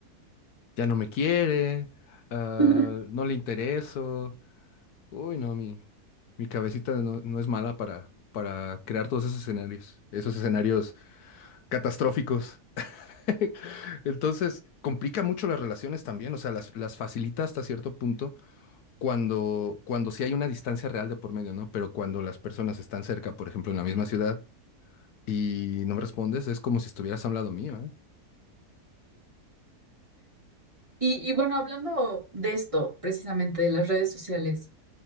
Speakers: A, on the left (about 75°); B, on the right (about 20°).
A: ya no me quiere, ah,
B: <laughs>
A: no le intereso. Uy, no, mi, mi cabecita no, no es mala para, para crear todos esos escenarios, esos escenarios catastróficos. <laughs> Entonces, complica mucho las relaciones también, o sea, las, las facilita hasta cierto punto cuando, cuando sí hay una distancia real de por medio, ¿no? Pero cuando las personas están cerca, por ejemplo, en la misma ciudad, y no me respondes, es como si estuvieras a un lado mío, ¿eh?
B: Y, y bueno, hablando de esto, precisamente de las redes sociales.